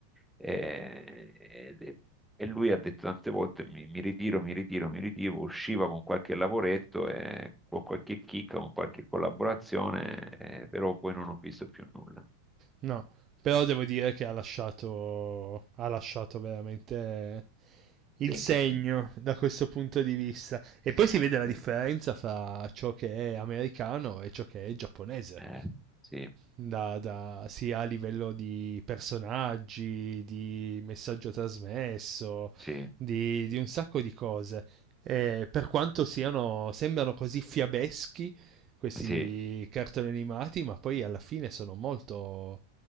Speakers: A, in the centre; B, on the right.
A: eh, e e lui ha detto tante volte mi, mi ritiro, mi ritiro, mi ritiro, usciva con qualche lavoretto, e, con qualche chicca, con qualche collaborazione, eh, però poi non ho visto più nulla.
B: No, però devo dire che ha lasciato, ha lasciato veramente il
A: Segno,
B: segno
A: sì,
B: da questo punto di vista. E poi si vede la
A: sì,
B: differenza fra ciò che è americano e ciò che è giapponese.
A: Eh, sì,
B: Da, da- sia a livello di personaggi, di messaggio trasmesso,
A: sì,
B: di, di un sacco di cose. E per quanto siano, sembrano così fiabeschi questi
A: sì.
B: cartoni animati, ma poi alla fine sono molto,